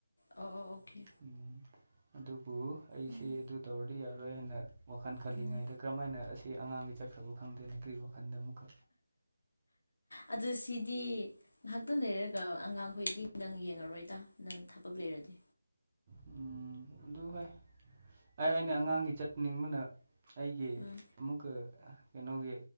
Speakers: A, on the left (about 65°); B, on the right (about 15°).
A: ꯑꯣ ꯑꯣ ꯑꯣꯀꯦ
B: ꯎꯝ ꯑꯗꯨꯕꯨ ꯑꯩꯁꯦ
A: ꯎꯝ
B: ꯑꯗꯨ ꯇꯧꯔꯗꯤ ꯌꯥꯔꯣꯏ ꯍꯥꯏꯅ ꯋꯥꯈꯜ ꯈꯜꯂꯤꯉꯩꯗ
A: ꯎꯝ
B: ꯀꯔꯝ ꯍꯥꯏꯅ ꯑꯁꯤ ꯑꯉꯥꯡꯒꯤ ꯆꯠꯈ꯭ꯔꯕ ꯈꯪꯗꯦꯅ ꯀ꯭ꯔꯤ ꯋꯥꯈꯟꯗ ꯑꯃꯨꯛꯀ
A: ꯑꯗꯨ ꯁꯤꯗꯤ ꯉꯥꯍꯥꯛꯇꯪ ꯂꯩꯔꯒ ꯑꯉꯥꯡꯈꯣꯏꯗꯤ ꯅꯪ ꯌꯦꯡꯉꯔꯣꯏꯗ ꯅꯪ ꯊꯕꯛ ꯂꯩꯔꯗꯤ
B: ꯎꯝ ꯑꯗꯨ ꯍꯣꯏ ꯑꯩ ꯑꯩꯅ ꯑꯉꯥꯡꯒꯤ ꯆꯠꯅꯤꯡꯕꯅ ꯑꯩꯒꯤ
A: ꯎꯝ
B: ꯑꯃꯨꯛꯀ ꯀꯩꯅꯣꯒꯤ